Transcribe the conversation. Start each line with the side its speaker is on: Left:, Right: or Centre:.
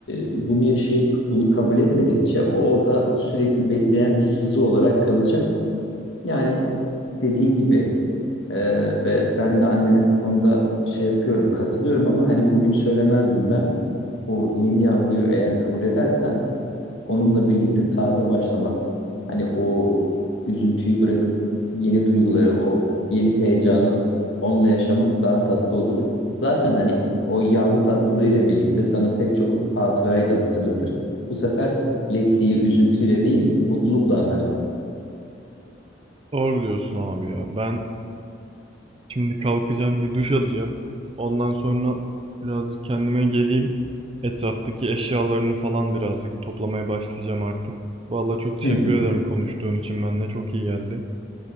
Left: e, bunu yaşayıp bunu kabul etmedikçe o orada sürekli bekleyen bir sızı olarak kalacak. Yani dediğin gibi e, ve ben de annene bu konuda şey yapıyorum, katılıyorum ama hani bugün söylemezdim ben. O yeni yavruyu eğer kabul edersen Onunla birlikte taze başlamak, hani o üzüntüyü bırakıp yeni duyguları, o yeni heyecanı onunla yaşamak daha tatlı olur. Zaten hani o yavru tatlılığıyla birlikte sana pek çok hatırayı da hatırlatır. Bu sefer Lexi'yi üzüntüyle değil, mutlulukla anarsın.
Right: Doğru diyorsun abi ya. Ben şimdi kalkacağım bir duş alacağım. Ondan sonra birazcık kendime geleyim. Etraftaki eşyalarını falan birazcık toplamaya başlayacağım artık. Vallahi çok teşekkür
Left: Hı hı.
Right: ederim konuştuğun için. Ben de çok iyi geldi.